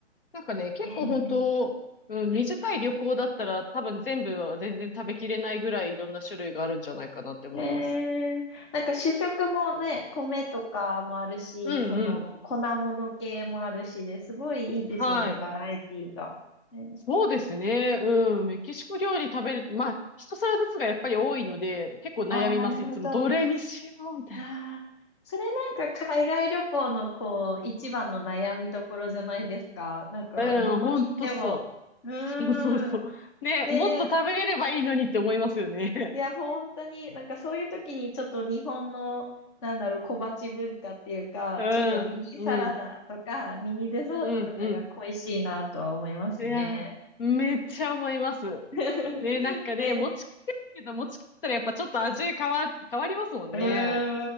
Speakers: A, on the left; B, on the left.
A: なんかね、結構本当、
B: えー
A: うん、短い旅行だったら多分全部は全然食べきれないぐらいいろんな種類があるんじゃないかなって思います。
B: ねえ、なんか主食もね、米とかもあるし、
A: うんうん。
B: その粉物系もあるしで、すごいいいですよね、
A: はい。
B: バラエティが。え
A: そうですね。うん。メキシコ料理食べる、まあ、一皿ずつがやっぱり多いので、結構悩みます。
B: ああー、なるほど。
A: いつも、どれにしようみたい
B: ああ、それなんか海外旅行のこう、一番の悩みところじゃないですか。なんか、
A: な。
B: どこに行っても。
A: うん、ほんとそう。
B: う
A: <laughs> そうそうそう。
B: ーん。
A: ね、
B: ね
A: もっと食べれればいいのにって思いますよね。<laughs>
B: いや、本当に、なんかそういう時にちょっと日本の、なんだろう、小鉢文化っていうか、
A: う
B: ちょっとミニサラダとか、
A: ん、うん、
B: ミニデザートとかが恋しいなとは思いますね。
A: うん、うん。いやー、めっちゃ思います。
B: <laughs>
A: ね、なんかね、
B: ね、
A: 持ち帰るけど、持ち帰ったらやっぱちょっと味変わ、変わりますもんね。
B: う